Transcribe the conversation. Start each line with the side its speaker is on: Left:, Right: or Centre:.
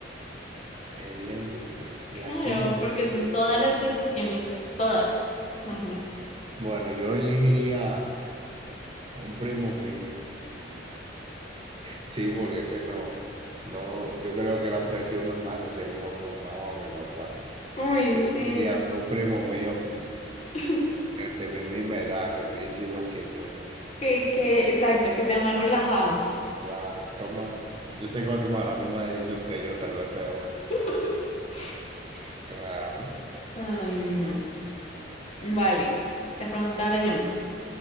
Right: es bien difícil.
Left: Claro,
Right: ¿A quién yo
Left: porque
Right: elegiría?
Left: son todas las decisiones, todas, imagínate.
Right: Bueno, yo elegiría a un primo mío. Sí, porque es que no, no, yo creo que la presión me mata si elijo a mi mamá o a mi papá.
Left: Uy,
Right: Yo elegiría
Left: sí.
Right: a un primo mío que de,
Left: <laughs>
Right: de mi misma edad, que piensa igual que yo.
Left: Que, que, exacto, que sea más relajado.
Right: Claro, toma, yo sé que va a tomar la misma decisión que yo, tal vez peor.
Left: <laughs>
Right: Claro,
Left: Ay, no. Vale, te pregunto ahora yo.